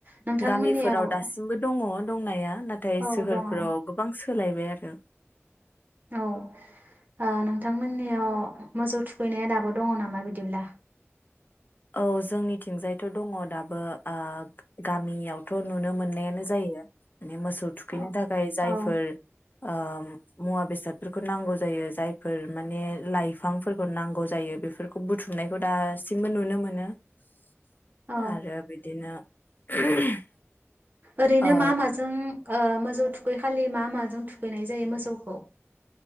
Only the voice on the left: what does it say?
गामिफोराव दासिमबो दङ दंनाया नाथाय
सोहोरफोराव
गोबां सो सोलायबाय आरो
औ जोंनिथिंजायथ दङ दाबो ओ गामियाव थ नुनो मोननायानो जायो। माने मोसौ थुखैनो
थाखाय जायफोर
ओ मुवा बेसादफोरखौ नांगौ जायो जायफोर माने लाइफांफोरखौ नांगौ जायो बेफोरखौ बुथुमनायखौ दासिमबो नुनो मोन मोनो।
आरो बिदिनो <unintelligible>
ओ